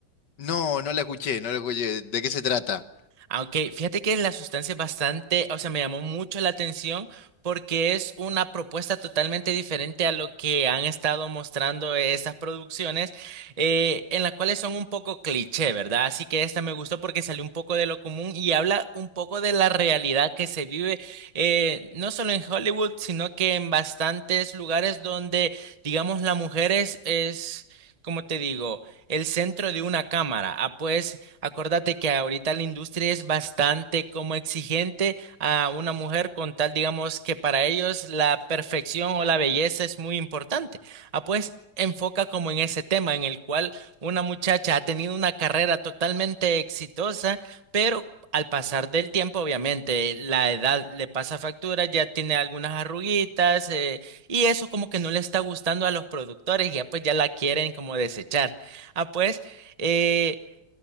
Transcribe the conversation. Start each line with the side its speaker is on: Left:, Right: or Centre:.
Left: No, no la escuché, no la escuché. ¿De qué se trata?
Right: Aunque fíjate que la sustancia es bastante, o sea, me llamó mucho la atención porque es una propuesta totalmente diferente a lo que han estado mostrando estas producciones, eh, en las cuales son un poco cliché, ¿verdad? Así que esta me gustó porque salió un poco de lo común y habla un poco de la realidad que se vive, eh, no solo en Hollywood, sino que en bastantes lugares donde, digamos, la mujer es, es, como te digo, el centro de una cámara. Ah, pues. Acordate que ahorita la industria es bastante como exigente a una mujer con tal, digamos, que para ellos la perfección o la belleza es muy importante. Ah, pues enfoca como en ese tema en el cual una muchacha ha tenido una carrera totalmente exitosa, pero al pasar del tiempo, obviamente, la edad le pasa factura, ya tiene algunas arruguitas, eh, y eso como que no le está gustando a los productores, y ya pues ya la quieren como desechar. Ah, pues... eh,